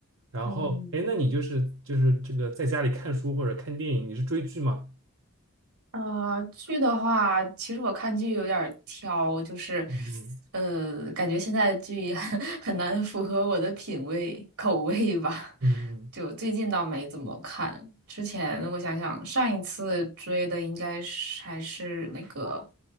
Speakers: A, on the right (about 60°); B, on the right (about 85°).
A: 然后，
B: 嗯，
A: 哎，那你就是就是这个在家里看书或者看电影，你是追剧吗？
B: 呃，剧的话，其实我看剧有点儿挑，就是，
A: 嗯
B: 呃，感觉现在的剧 <laughs> 很难符合我的品味口味吧。
A: 嗯嗯，
B: 就最近倒没怎么看，之前我想想，上一次追的应该是还是那个，